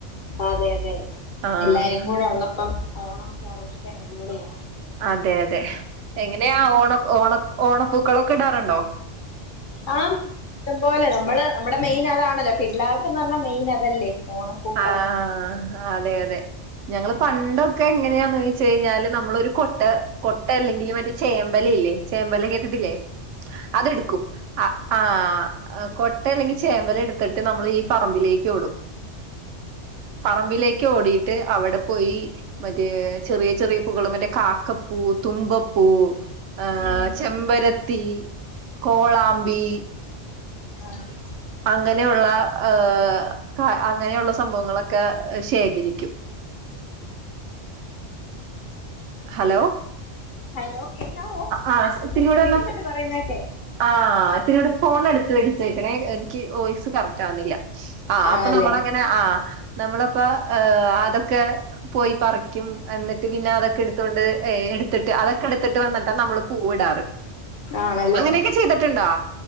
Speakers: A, on the left; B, on the right.
A: അതെ അതെ
B: ആഹ്
A: എല്ലാരും ഇവിടെ ഒള്ളപ്പം ഓണക്കെ ആഘോഷിക്കാൻ അടിപൊളിയാ
B: അതെ അതെ എങ്ങനെയാ ഓണ ഓണ ഓണപ്പൂക്കളൊക്കെടാറുണ്ടോ
A: ആം ഇഷ്ട്ടം പോലെ നമ്മള് നമ്മുടെ മെയിൻ അതാണല്ലോ പിള്ളേർക്ക്ന്ന് അർഞ്ഞ മെയിൻ അതല്ലേ ഓണപ്പൂക്കളം
B: ആഹ്‌ അതെ അതെ ഞങ്ങള് പണ്ടൊക്കെ എങ്ങനെയാന്നോയ്ച്ച് കയിഞ്ഞാല് നമ്മളൊരു കൊട്ട കൊട്ട അല്ലെങ്കില് മറ്റേ ചേമ്പല ഇല്ലേ ചേമ്പല കേട്ടിട്ടില്ലേ അതെടുക്കും അ ആഹ് കൊട്ട അല്ലെങ്കി ചേമ്പല എടുത്തിട്ട് നമ്മൾ ഈ പറമ്പിലേക്കോടും പറമ്പിലേക്ക് ഓടിയിട്ട് അവിടെ പോയി മറ്റേ ചെറിയ ചെറിയ പൂക്കള് മറ്റു കാക്കപ്പൂ തുമ്പപ്പൂ ആഹ്‌
A: ഉം
B: ചെമ്പരത്തി കോളാമ്പി
A: ആഹ്
B: അങ്ങനെയുള്ള ഏഹ് ക അങ്ങനെയുള്ള സംഭവങ്ങളൊക്കെ ശേഖരിക്കും ഹലോ
A: ഹലോ കേക്കാവോ
B: ആഹ് ഒത്തിരികൂടെ
A: ഞൻ കേക്ക്ന്ന്ണ്ട്
B: ഒന്ന്
A: പറയുന്നൊക്കെ
B: ആഹ് ഇത്തിരൂടെ ഫോണടുത്ത് വെച്ചേക്കണേ എനിക്ക് വോയിസ് കറക്റ്റ് ആവുന്നില്ല ആഹ്
A: ആണല്ലേ
B: അപ്പൊ നമ്മളങ്ങനെ ആഹ് നമ്മളപ്പ അതൊക്കെ പോയി പറിക്കും എന്നിട്ട് പിന്നെ അതൊക്കെ എടു അതോണ്ട് ഏഹ് എടുത്തിട്ട് അതൊക്കെ എടുത്തിട്ട് വന്നിട്ടാ നമ്മള് പൂവിടാറ്.
A: ആണല്ലേ?
B: അങ്ങനെയൊക്കെ ചെയ്തിട്ടുണ്ടോ?